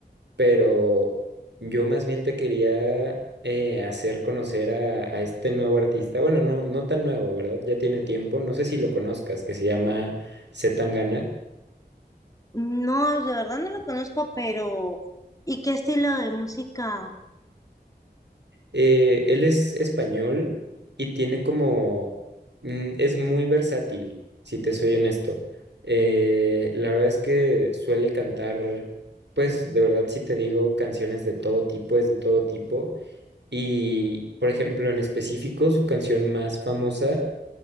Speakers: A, on the right (about 85°); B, on the left (about 20°).
A: pero yo más bien te quería eh, hacer conocer a, a este nuevo artista. Bueno, no, no tan nuevo, ¿verdad? Ya tiene tiempo. No sé si lo conozcas, que se llama C. Tangana.
B: <laughs> no, de verdad no lo conozco, pero ¿y qué estilo de música?
A: Eh, él es español y tiene como, mm, es muy versátil, si te soy honesto. Eh, la verdad es que suele cantar, pues de verdad si te digo, canciones de todo tipo, es de todo tipo. Y, por ejemplo, en específico, su canción más famosa